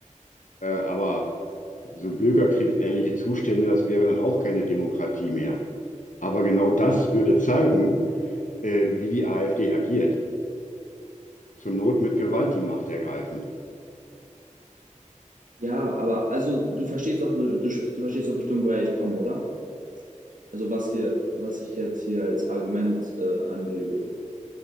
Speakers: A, on the left; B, on the right.
A: äh, aber so bürgerkriegsähnliche Zustände, das wäre dann auch keine Demokratie mehr. Aber genau das würde zeigen, äh, wie die AfD agiert. Zur Not mit Gewalt die Macht ergreifen.
B: Ja, aber also du verstehst doch, du, du verstehst doch bestimmt, woher ich komme, oder? Also was hier, was ich jetzt hier als Argument äh, angebe.